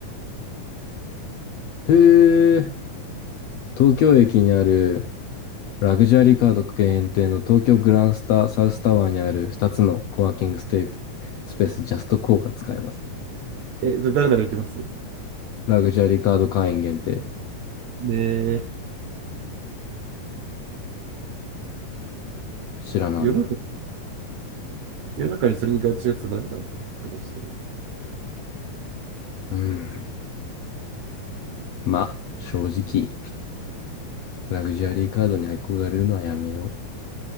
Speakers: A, on the left (about 70°); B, on the right (about 70°).
A: へえ、東京駅にあるラグジュアリーカード限定の東京グランスタサウスタワーにある2つのコワーキングステイスペースジャストコーが使えます。
B: え、それ誰なら行きますね
A: ラグジュアリーカード会員限定。
B: え、
A: 知らなんだ。
B: 世の中、世の中にそれに該当するやつが何が生まれてくるんです
A: うーん。まあ、正直、ラグジュアリーカードに憧れるのはやめよう。